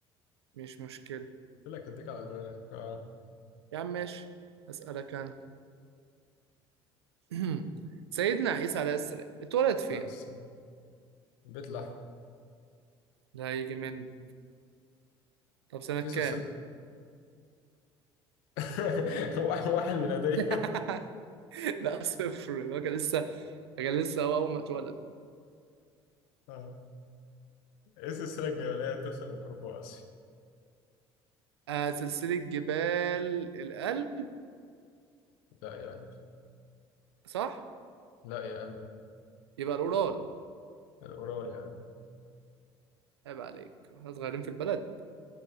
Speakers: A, on the right (about 80°); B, on the left (about 65°).
A: مش مشكلة
B: يقول لك هديك على دماغك اه
A: يا عم ماشي أسألك أنا <clears throat> سيدنا عيسى عليه السلام اتولد فين؟
B: بس بيت لحم
A: ده هيجي مني طب سنة
B: في
A: كام؟
B: سلسلة <laughs> واحد واحد ميلادية
A: <laughs> لا صفر هو كان لسه كان لسه هو أول ما اتولد
B: اه ايه السلسلة الجبلية اللي بتفصل بين أوروبا وآسيا
A: آه سلسلة جبال الألب
B: لا يا قلبي
A: صح؟
B: لا يا قلبي
A: يبقى الأورال
B: الأورال يا قلبي
A: عيب عليك احنا صغيرين في البلد